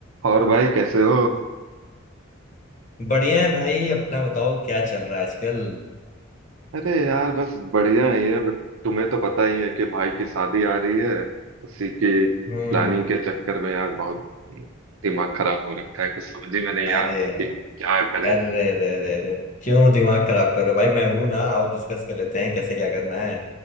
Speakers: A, on the right; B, on the left.
A: और भाई कैसे हो
B: बढ़िया है भाई अपना बताओ क्या चल रहा है आजकल
A: अरे यार बस बढ़िया ही है बट तुम्हें तो पता ही है कि भाई की शादी आ रही है उसी की
B: हम्म
A: प्लानिंग के चक्कर में यार बहुत दिमाग खराब हो रखा है कुछ समझ ही में नहीं
B: अरे
A: आ रहा है कि क्या करें
B: अरे अरे अरे अरे क्यों दिमाग खराब कर रहे हो भाई मैं हूं ना और डिस्कस कर लेते हैं कैसे क्या करना है